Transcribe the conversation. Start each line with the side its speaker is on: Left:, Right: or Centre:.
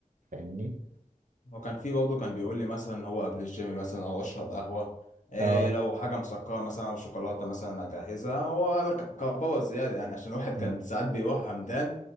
Right: فاهمني؟
Left: وكان في برضه كان بيقول لي مثلا هو قبل الجيم مثلا او اشرب قهوه إيه
Right: اه
Left: لو حاجه مسكره مثلا او شوكولاته مثلا اجهزها هو ك- كبابه زياده يعني عشان الواحد
Right: مم.
Left: كان ساعات بيروح همدان